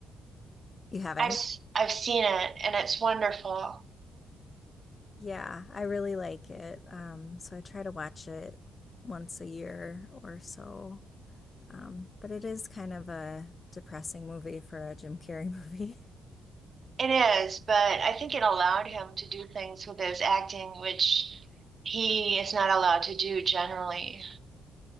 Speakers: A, on the left (about 35°); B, on the right (about 40°).
A: you haven't?
B: I've s- I've seen it, and it's wonderful.
A: Yeah, I really like it. Um, so I try to watch it once a year or so. Um, but it is kind of a depressing movie for a Jim Carrey movie. <laughs>
B: It is, but I think it allowed him to do things with his acting, which he is not allowed to do generally.